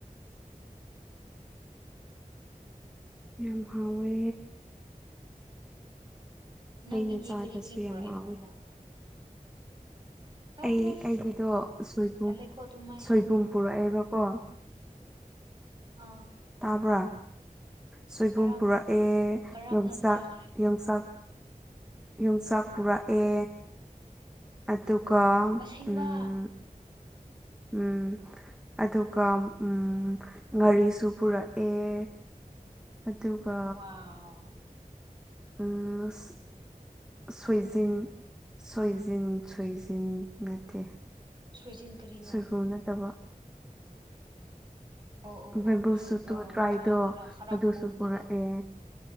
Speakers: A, in the centre; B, on the right.
A: ꯌꯥꯝ ꯍꯥꯎꯋꯦ
B: ꯅꯪꯒꯤꯗꯤ
A: ꯑꯩꯅ ꯆꯥꯗ꯭ꯔꯁꯨ
B: ꯀꯔꯤ ꯀꯔꯤ ꯄꯨꯔꯛꯑꯦ
A: ꯌꯥꯝ ꯍꯥꯎꯋꯦ
B: ꯃꯣꯏꯅ ꯑꯁ
A: ꯑꯩ ꯑꯩꯒꯤꯗꯣ ꯁꯣꯏꯕꯨꯝ
B: ꯇꯜꯂꯦꯀꯣ ꯑꯗꯨꯃꯥꯏ
A: ꯁꯣꯏꯕꯨꯝ ꯄꯨꯔꯛꯑꯦꯕꯀꯣ
B: ꯑꯥ
A: ꯇꯥꯕ꯭ꯔꯥ ꯁꯣꯏꯕꯨꯝ
B: ꯀꯔꯝ
A: ꯄꯨꯔꯛꯑꯦ
B: ꯀꯔꯝꯅ
A: ꯌꯣꯡꯆꯥꯛ
B: ꯆꯥꯈ꯭ꯔꯦ
A: ꯌꯣꯡꯆꯥꯛ ꯌꯣꯡꯆꯥꯛ ꯄꯨꯔꯛꯑꯦ ꯑꯗꯨꯒ
B: ꯏꯡꯕꯥ
A: ꯎꯝ ꯎꯝ ꯑꯗꯨꯒ ꯎꯝ ꯉꯥꯔꯤꯁꯨ ꯄꯨꯔꯛꯑꯦ ꯑꯗꯨꯒ
B: ꯋꯥꯎ
A: ꯎꯝ ꯑꯁ ꯁꯣꯏꯖꯤꯟ ꯁꯣꯏꯖꯤꯟ ꯁꯣꯏꯖꯤꯟ ꯅꯠꯇꯦ
B: ꯁꯣꯏꯖꯤꯟ ꯀꯔꯤꯅꯣ
A: ꯁꯣꯏꯕꯨꯝ ꯅꯠꯇꯕ
B: ꯑꯣ ꯑꯣ
A: ꯕꯦꯝꯕꯨ
B: ꯑꯣ
A: ꯁꯨꯠꯇꯨ
B: ꯑꯣ
A: ꯇ꯭ꯔꯥꯏꯗꯣ
B: ꯑꯃꯗꯨꯔ ꯈꯔ
A: ꯑꯗꯨꯁꯨ
B: ꯄꯨꯝꯕꯗꯣ
A: ꯄꯨꯔꯛꯑꯦ